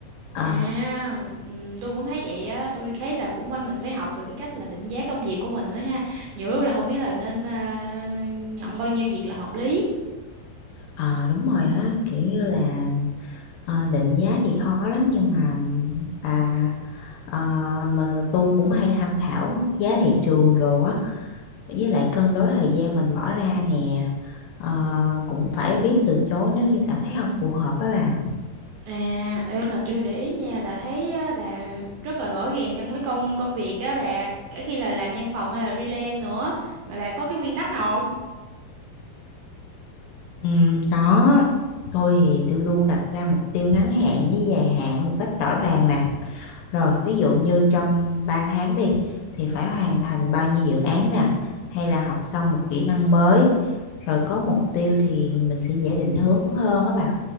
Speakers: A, on the left; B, on the right.
A: Ờ,
B: À, ừm, tôi cũng thấy vậy á, tôi thấy là cũng phải mình phải học được cái cách là định giá công việc của mình nữa ha. Nhiều lúc là không biết là nên à, nhận bao nhiêu việc là hợp lý.
A: ờ, đúng rồi á, kiểu như là Ờ, định giá thì khó lắm nhưng mà bà ờ, mà tôi cũng hay tham khảo giá thị trường đồ á với lại cân đối thời gian mình bỏ ra nè Ờ, cũng phải biết từ chối nếu như cảm thấy không phù hợp á bà
B: À, em mà tôi để ý nha là thấy á, bà rất là rõ ràng trong cái công công việc á bà, cả khi là làm văn phòng hay là freelance nữa mà bà có cái nguyên tắc nào không?
A: Ừm, có tôi thì tôi luôn đặt ra mục tiêu ngắn hạn với dài hạn một cách rõ ràng nè Rồi, ví dụ như trong 3 tháng đi thì phải hoàn thành bao nhiêu dự án nè, hay là học xong một kỹ năng mới, rồi có mục tiêu thì mình sẽ dễ định hướng hơn á bà.